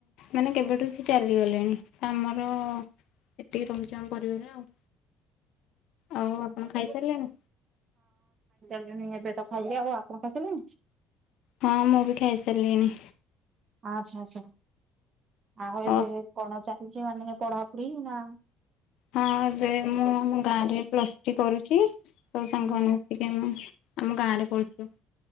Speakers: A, on the left (about 70°); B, on the right (about 40°).
A: ମାନେ କେବେଠୁ ସେ ଚାଲିଗଲେଣି। ଆମର ଏତିକି ରହୁଚୁ ଆମ ପରିବାର ଆଉ। ଆଉ
B: କଣ
A: ଆପଣ
B: ଖାଇଲେ
A: ଖାଇସାରିଲେଣି?
B: କି?
A: ହଁ ମୁଁ ବି ଖାଇ ସାରିଲିଣି।
B: ଆଚ୍ଛା ଆଚ୍ଛା ଆଉ <unintelligible>
A: ଅ
B: କଣ ଚାଲିଚି ମାନେ ପଢାପଢି ନା
A: ହଁ ଏବେ ମୁଁ ଆମ ଗାଁ ରେ ପ୍ଲସ୍ ଥ୍ରୀ କରୁଚି ତ ସାଙ୍ଗମାନେ
B: ହୁଁ
A: ମିଶିକି ଆମେ ଆମ ଗାଁ ରେ ପଢୁଛୁ।